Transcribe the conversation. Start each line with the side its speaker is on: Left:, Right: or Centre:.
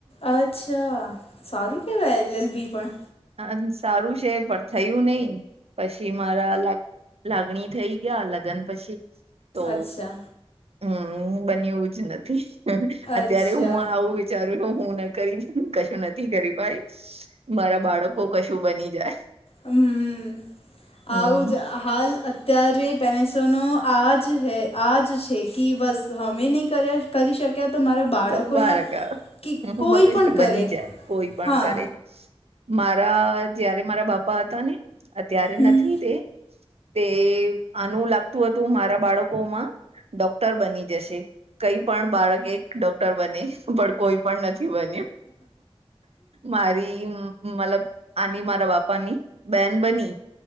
Left: અચ્છા સારું કેવાય એલ એલ બી પણ...
Right: હ સારું છે પણ થયું નંઈ, પછી મારા... લાગણી થઈ ગયા લગ્ન પછી... તો
Left: અચ્છા
Right: હમ બન્યું જ નથી. અત્યારે
Left: અચ્છા
Right: હું આવું વિ વિચારું હું હું ન કરી કશું નથી કરી ભાઈ મારા... બાળકો કશું બની જાય.
Left: હમ,
Right: હમ
Left: આવુંજ... હાલ અત્યારે પેરેન્સોનો આજ હૈ આજ છે કે બસ હમે નહીં.. કર્યા કરી શક ક્યાં તમારા બાળકો
Right: તો બાળક
Left: અહિયાં કે
Right: હું
Left: કોઈ
Right: ભવિષ્ય
Left: પણ
Right: બની
Left: કરે
Right: જાય કોઈ પણ
Left: હા.
Right: કરે મારા જયારે મારા બાપા હતા ને અત્યારે
Left: હમ
Right: નથી તે. તે આનું લાગતું હતું મારા બાળકો માં. ડોક્ટર બની જશે, કઈ પણ બાળકે... ડોક્ટર બને, પણ કોઈ પણ નથી બન્યું. મારી મતલબ આની મારા બાપાની બેન બની.